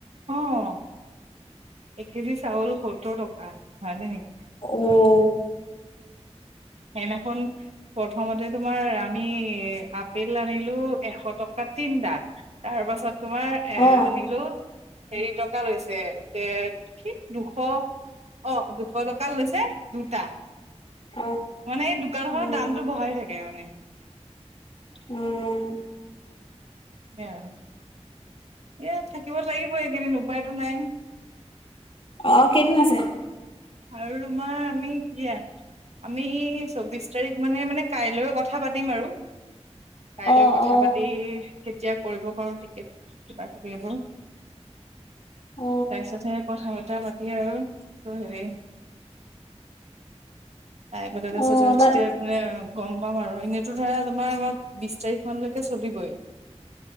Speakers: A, on the right; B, on the left.
A: অ', এক কেজি চাউল সত্তৰ টকা। হয় <unintelligible>
B: অ'।
A: সেদিনাখন প্ৰথমতে তোমাৰ আমি আপেল আনিলোঁ এশ টকাত তিনটা তাৰ পাছত তোমাৰ এ
B: অ'
A: আনিলোঁ হেৰি টকা লৈছে, দেৰ এটো কি দুশ অ', দুশ টকা লৈছে দুটা।
B: অ'।
A: মানে এই দোকান
B: উম,
A: খনৰ দামটো বঢ়াই থাকে মানে।
B: উম।
A: তাকে আৰু। ইয়াত থাকিব লাগিব এইকেইদিন উপায়তো নাই।
B: আৰু কেইদিন আছে?
A: আৰু তোমাৰ আমি <unintelligible> আমি চৌব্বিছ তাৰিখ মানে-মানে কাইলৈ কথা পাতিম আৰু। কাইলৈ
B: অ
A: কথা
B: অ
A: পাতি কেতিয়া কৰিব পাৰোঁ টিকেট কিবা কিবি এইবোৰ।
B: অ
A: তাৰপিছতহে কথা-চথা পাতি আৰু <unintelligible> হেৰি তাই কতে <unintelligible>
B: অ তাত
A: মনে গম পাম আৰু, এনেইতো ধৰা তোমাৰ আমাৰ <unintelligible> বিশ তাৰিখ মানলৈকে চলিবই।